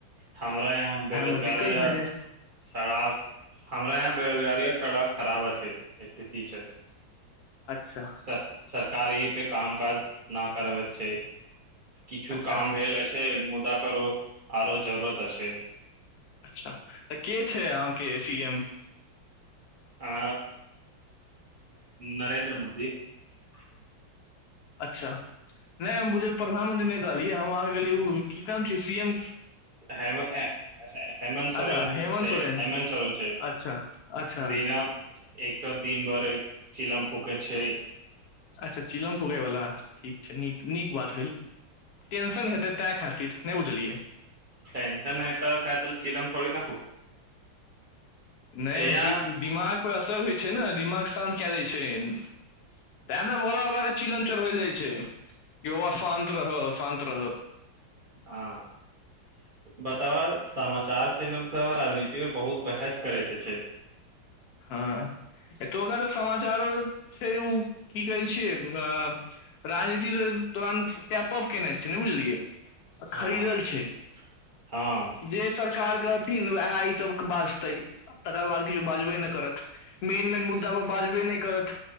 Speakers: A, on the right (about 85°); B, on the left (about 70°).
A: हमरा यहाँ बेरोजगारी
B: मे दिक्कत
A: आ
B: भए जाय
A: सड़क हमरा यहाँ बेरोजगारी आ सड़क खराब अछि स्थिति छै
B: अच्छा
A: सर सरकार एहि पे काम काज न करबैत छै किछु
B: अच्छा
A: काम भेल अछि मुदा केकरो आरो जरूरत अछि
B: अच्छा तऽ के छै अहाँके सीएम
A: आ नरेन्द्र मोदी <unintelligible>
B: अच्छा नहि हम बुझपरै प्रधानमंत्री नहि कहलियै हम अहाँ कहलियै उ की नाम छै सीएम
A: हेमऽ हेमऽ हेमंत सोरेन
B: अच्छा हेमन्त
A: छै
B: सोरेन
A: हेमंत सोरेन छै
B: अच्छा अच्छा अच्छा
A: बिना एकठो दिनभर चिलम फूक फूकै छै
B: अच्छा चिलम फूगे वाला ठीक छैय नीक नीक बात भेल टेंशन है त ते खातिर नै बुझालिय
A: टेंशन है तऽ खातल चिलम थोड़ी ना
B: नै
A: यहाँ
B: दिमाग पर असर होए छैय ने दिमाग शांत के दैय छैयन बे ते भोला बाबा के चिलम चढ़बैल जाय जे हे रउआ शांत रहा शांत रहा
A: अ बताबा समाचार चैनल सब राजनीति पर बहुत बहस करैत छै
B: हा तोका त समाचारो छै उ की कहैय छियै अ राजनीति से तोरण टैप-अप कैने छैय नै बुझलियए
A: हँ
B: खरीदल छैय
A: हँ
B: जे सरकार कथिन वेहे इ सब बजतैय आधा बाल्टी ते बाजबे नै करत मेन मेन मुद्दा पर बाजबे नै करत